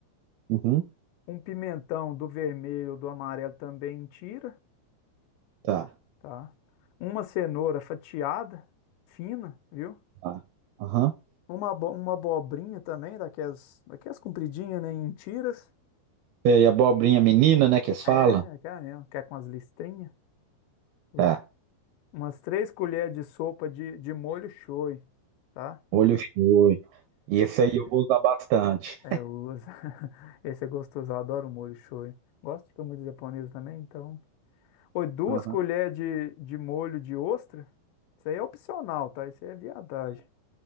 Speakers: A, on the right; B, on the left.
A: Uhum.
B: Um pimentão do vermelho, do amarelo também em tira,
A: Tá.
B: tá? Uma cenoura fatiada, fina, viu?
A: Tá. Aham.
B: Uma, abo- uma abobrinha também, daquelas, daquelas compridinhas, né? Em tiras.
A: E abobrinha menina, né? Que eles falam?
B: É, aquela mesmo, que é com as listrinhas, viu?
A: Tá.
B: Umas três colheres de sopa de, de molho shoyu, tá?
A: Olho cheio. Esse aí eu vou usar bastante.
B: É, eu uso. <laughs> Esse é gostoso, eu adoro molho shoyu. Gosto de comida japonesa também, então. Oi, duas
A: Aham.
B: colheres de, de molho de ostra. Isso aí é opcional, tá? Isso aí é viadagem.